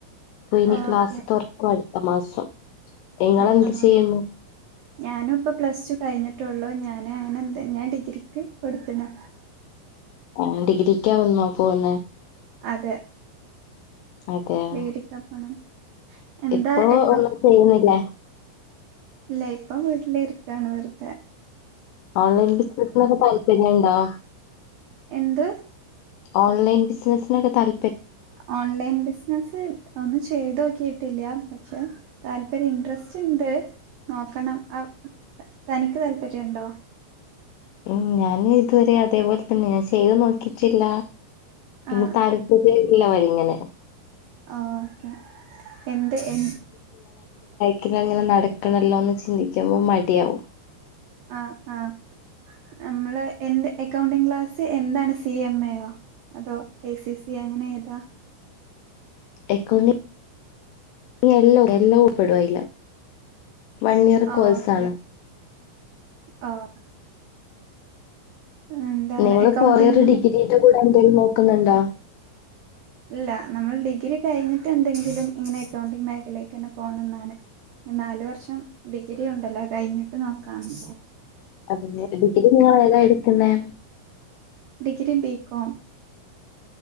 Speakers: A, on the left; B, on the right.
A: പ്പൊനി
B: ഓക്കെ
A: ക്ലാസ് തുർക്കു അടുത്ത മാസം നിങ്ങളെന്ത്
B: അടുത്ത മാ
A: ചെയ്യുന്നു
B: ഞാനുപ്പൊ പ്ലസ് ടു കഴിഞ്ഞ് റ്റൊള്ളു ഞാന് അങ്ങനെ എന്ത ഞാൻ ഡിഗ്രിക്ക് കൊടുത്ത്ണ്
A: <unintelligible> ഡിഗ്രിക്കാവുന്നോ പോകുന്നെ?
B: അതെ
A: അതെയോ
B: ഡിഗ്രിക്കാ പോണം. എന്താ
A: ഇപ്പൊ
B: എക്ക
A: ഒന്നും ചെയ്യുന്നില്ലേ?
B: ഇല്ല ഇപ്പം വീട്ടിലിരിക്കാണ് വെറ്തെ
A: ഓൺലൈൻ ബിസിനസ്സിനൊക്കെ താല്പര്യണ്ടോ?
B: എന്ത്?
A: ഓൺലൈൻ ബിസിനസ്സിനൊക്കെ താൽ
B: ഓൺലൈൻ ബിസിനസ്സ് ഒന്നും ചെയ്തോക്കിട്ടില്ല. പക്ഷെ താല്പര്യ ഇൻട്രസ്റ്റ്ണ്ട് നോക്കണം അവ് തനിക്ക് താല്പര്യണ്ടോ?
A: ഉം ഞാന് ഇതുവരെ അതേപോലെ തന്നെയാ ഞാൻ ചെയ്ത് നോക്കീട്ടില്ല. പിന്നെ
B: ആ
A: താൽപര്യല്ല വല്ങ്ങനെ
B: ആഹ് ഓക്കെ എന്ത് എന്
A: പിന്നെ അങ്ങനെ നടക്കണല്ലോന്ന് ചിന്തിക്കുമ്പോ മടിയാവും
B: ആഹ് ആഹ് നമ്മള് എന്ത് എക്കൗണ്ടിങ് ക്ലാസ്സ് എന്താണ് സി എം എയോ? അതോ എ സി സി എ അങ്ങനെ ഏതാ?
A: എക്കൗണ്ടിങ് എല്ലാ എല്ലൊ ഉൾപ്പെടും അയില്. വൺ ഇയർ
B: ആഹ്
A: കോഴ്സ്
B: ഓക്കെ
A: ആണ്.
B: ആഹ് എന്താണ്
A: നിങ്ങളെ
B: അക്കൗണ്ടിങ്
A: ഫോർയർ ഡിഗ്രീൻ്റെ കൂടെ അനന്തപുരിയിൽ നോക്കുന്നുണ്ടോ
B: ഇല്ല നമ്മൾ ഡിഗ്രി കഴിഞ്ഞിട്ട് എന്തെങ്കിലും ഇങ്ങനെ അക്കൗണ്ടിങ് മേഖലക്ക് തന്നെ പോണം എന്നാണ് നാലു വർഷം ഡിഗ്രി ഉണ്ടല്ലോ കഴിഞ്ഞിട്ട് നോക്കാനെ
A: അ പിന്നെ ഡിഗ്രിങ്ങളേതാ എടെക്ക്ന്നേ
B: ഡിഗ്രി ബികോം